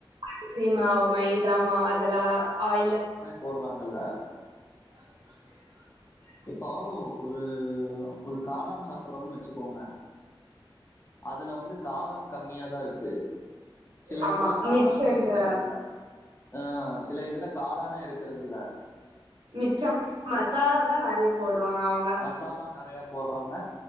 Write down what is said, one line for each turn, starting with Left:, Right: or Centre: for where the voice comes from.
Right: அரிசி மாவு மைதா மாவ் அதெல்லா ஆயில்ல
Left: போட்றாங்கள
Right: <inaudible>
Left: இப்போ ஒரு ஒரு காளான் சாப்பட்றோன்னு வச்சுக்கோங்க அதுல வந்து காளான் கம்மியாதா இருக்கு சில
Right: ஆமா
Left: இதுல காளானே
Right: மிச்ச இந்த
Left: இருக்கறது இல்ல அ சில இதுல காளானே இருக்கறது இல்ல
Right: மிச்சம் மசாலா தா நெறையா போடுவாங்க அவங்க
Left: மசாலா நெறையா போட்றாங்க